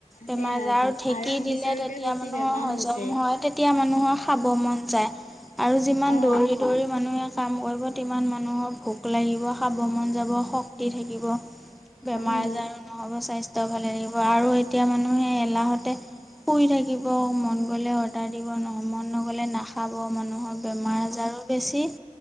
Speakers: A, on the left (about 85°); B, in the centre.
A: সেয়াইটো
B: বেমাৰ আজাৰ ঢেকী
A: আৰাম
B: দিলে
A: বিচাৰোতে
B: তেতিয়া
A: বেছি
B: মানুহৰ
A: বেমাৰ
B: হজম
A: হৈছে
B: হয় তেতিয়া মানুহৰ খাব মন আৰু যিমান
A: অ
B: দৌৰি দৌৰি মানুহে কাম কৰিব তিমান মানুহৰ ভোক লাগিব খাৱ মন যাব শক্তি থাকিব। বেমাৰ
A: উম
B: আজাৰো নহ'ব স্বাস্থ্য ভালে থাকিব আৰু এতিয়া মানুহে এলাহতে শুই থাকিব মন গলে অৰ্ডাৰ দিব ন মন নগলে নাখাব মন নহ'লে বেমাৰ আজাৰো বেছি